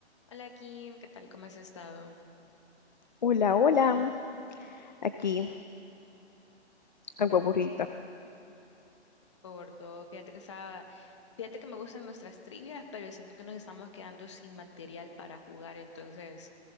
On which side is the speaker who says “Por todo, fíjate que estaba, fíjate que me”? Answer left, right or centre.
Left